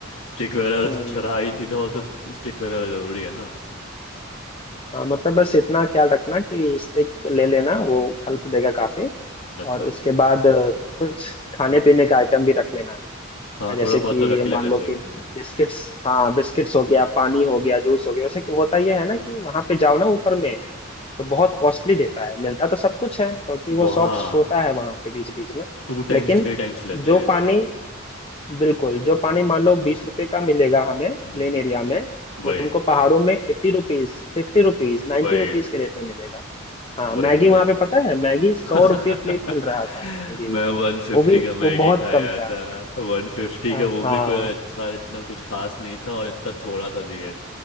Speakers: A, on the left; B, on the left.
A: स्टिक वगैरह अगर
B: हम्म
A: चढ़ाई सीधा हो तो स्टिक वगैरह जरूरी है ना
B: हाँ मतलब बस इतना ख्याल रखना कि स्टिक ले लेना वो
A: हम्म
B: हेल्प देगा काफी
A: अच्छा
B: और उसके
A: अच्छा
B: बाद अ, कुछ खाने पीने का आइटम भी रख लेना
A: हाँ
B: है जैसे
A: थोड़ा बहुत
B: कि
A: तो रख ही लेना
B: मान
A: चाहिए
B: लो कि बिस्किट्स हाँ बिस्किट्स हो गया पानी हो गया जूस हो गया वैसे कि होता यह है ना कि वहां पे जाओ ना ऊपर में तो बहुत कॉस्टली देता है मिलता तो सब कुछ है क्योंकि वो
A: वहाँ
B: शॉप्स होता है वहां पे बीच बीच में
A: टू टाइम्स
B: लेकिन
A: थ्री टाइम्स लेते
B: जो
A: हैं ये लोग
B: पानी बिल्कुल जो पानी मान लो बीस रुपए का मिलेगा हमें
A: हम्म
B: प्लेन एरिया में
A: वही
B: वो तुमको पहाड़ों में एट्टी रुपीज फिफ्टी रुपीज नाइन्टी
A: वही
B: रुपीज के रेट में मिलेगा हाँ
A: वही
B: मैगी
A: वही
B: वहां पे पता है मैगी सौ
A: <laughs>
B: रुपये प्लेट मिल रहा
A: मैं
B: था मैगी
A: वन फिफ्टी
B: वो भी
A: का मैगी
B: वो बहुत
A: खाया
B: कम सा
A: था वन फिफ्टी
B: हाँ
A: का वो
B: हाँ,
A: भी कोई अच्छा इतना कुछ खास नहीं था और इतना थोड़ा सा दिए